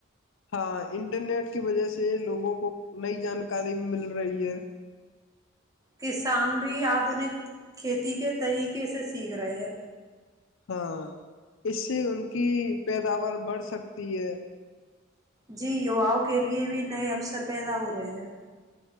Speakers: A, on the left; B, on the right.
A: ہاں انٹرنیٹ کی وجہ سے لوگوں کو نئی جانکاری مل رہی ہے
B: کسان بھی آدنک کھیتی کے طریقے سے سیکھ رہے ہیں
A: ہاں اس سے ان کی پیداوار بڑھ سکتی ہے <unintelligible>
B: جی یو آؤ <unintelligible> کے لیے بھی نئے اوسر پیدا ہو رہے ہیں <unintelligible>